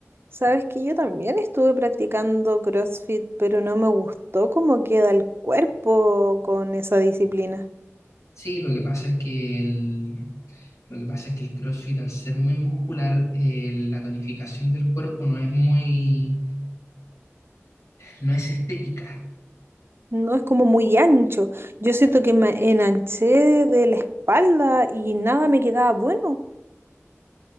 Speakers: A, on the right (about 55°); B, on the left (about 80°).
A: Sabes que yo también estuve practicando CrossFit, pero no me gustó cómo queda el cuerpo con esa disciplina.
B: Sí, lo que pasa es que el, lo que pasa es que el CrossFit, al ser muy muscular, eh, la tonificación del cuerpo no es muy, no es estética.
A: No es como muy ancho. Yo siento que me enanché de la espalda y nada me quedaba bueno.